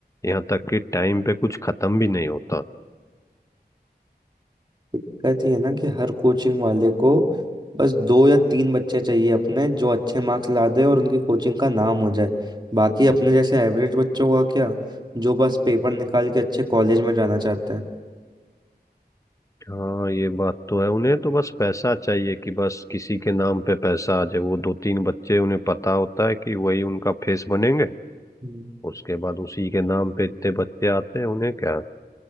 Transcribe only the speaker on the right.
दिक्कत ये है ना कि हर कोचिंग वाले को बस दो या तीन बच्चे चाहिए अपने जो अच्छे मार्क्स ला दे और उनकी कोचिंग का नाम हो जाए बाकी अपने जैसे एवरेज बच्चों का क्या जो बस पेपर निकाल के अच्छे कॉलेज में जाना चाहते हैं
हम्म,